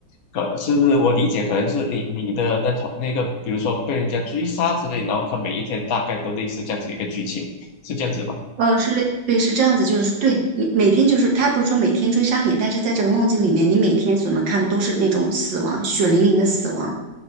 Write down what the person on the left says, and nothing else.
可是我理解，可能是你你的那同那个，比如说被人家追杀之类，然后他每一天大概都类似这样子一个剧情，是这样子吧？